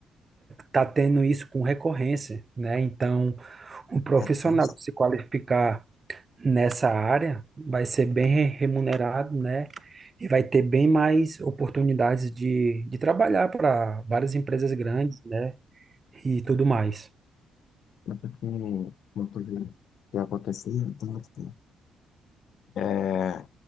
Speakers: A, on the right; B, on the left.
A: tá tendo isso com recorrência, né? Então, um profissional
B: É tenso.
A: se qualificar nessa área, vai ser bem re- remunerado, né? E vai ter bem mais oportunidades de, de trabalhar para várias empresas grandes, né? E tudo mais.
B: Tanto que uma coisa que aconteceu, tanto que, é,